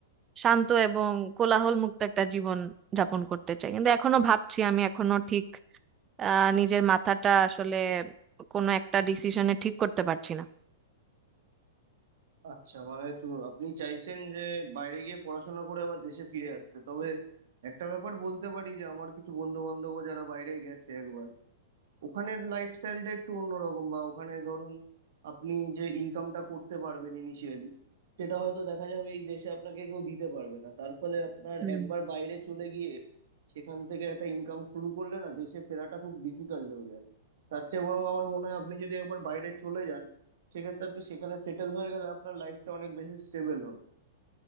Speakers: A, on the right; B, on the right.
A: শান্ত এবং কোলাহল মুক্ত একটা জীবন যাপন করতে চাই কিন্তু এখনো ভাবছি আমি এখনো ঠিক আহ নিজের মাথাটা আসলে কোনো একটা ডিসিশনে ঠিক করতে পারছি
B: আচ্ছা মানে তো আপনি চাইছেন যে বাইরে গিয়ে পড়াশোনা করে আবার দেশে ফিরে আসতে তবে একটা ব্যাপার বলতে পারি যে আমার কিছু বন্ধু বান্ধব যারা বাইরে গেছে একবার ওখানের লাইফস্টাইলটা একটু অন্যরকম বা ওখানে ধরুন আপনি যে ইনকামটা করতে পারবেন ইনিশিয়ালি সেটা হয়তো দেখা যাবে এই দেশে আপনাকে কেউ দিতে পারবে না তার ফলে আপনার
A: না
B: একবার বাইরে চলে গিয়ে সেখান থেকে একটা ইনকাম শুরু করলে না দেশে ফেরাটা খুব ডিফিকাল্ট হয়ে যায় তার চেয়ে বরং আমার মনে হয় আপনি যদি একবার বাইরে চলে যান সেক্ষেত্রে আপনি সেখানে সেটেল হয়ে গেলে আপনার লাইফটা অনেক বেশি স্টেবল হবে